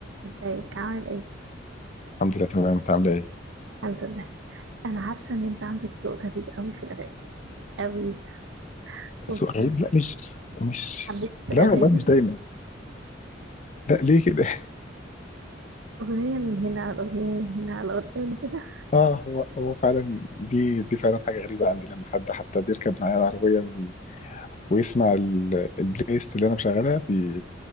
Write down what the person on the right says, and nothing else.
ازيك عامل ايه
الحمد لله انا عارفه ان انت عندك ذوق غريب قوي في الاغاني قوي <laughs> وبتسمع
ميكس اغاني
اغنيه من هنا على اغنيه من هنا على اغنيه من هنا